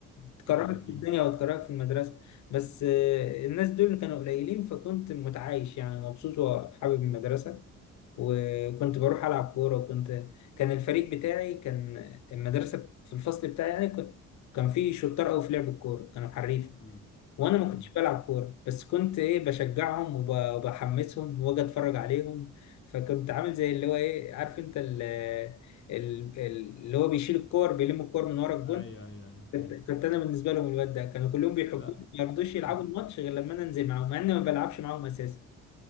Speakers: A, on the left; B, on the left.
A: بتكرهك
B: آه أكيد،
A: في الدنيا وتكرهك في المدرسة بس آه، الناس دول كانوا قليلين فكنت متعايش يعني مبسوط وحابب المدرسة وكنت بروح ألعب كورة وكنت كان الفريق بتاعي كان المدرسة في الفصل بتاعي يعني كنت كان في شطار أوي في لعب الكورة كانوا حريف
B: إمم،
A: وانا ما
B: إمم،
A: كنتش بلعب كوره بس كنت ايه بشجعهم وب- وبحمسهم واجي اتفرج عليهم فكنت عامل زي اللي هو ايه عارف انت ال- ال- اللي هو بيشيل الكور بيلم الكور من ورا الجون
B: أيوه، أيوه، أيوه،
A: كنت
B: أيوه،
A: كنت انا بالنسبه لهم الواد ده كانوا كلهم بيحبوني
B: لأ
A: ما يرضوش يلعبوا
B: إحنا
A: الماتش غير لما انا انزل معاهم مع اني ما بلعبش معاهم اساسا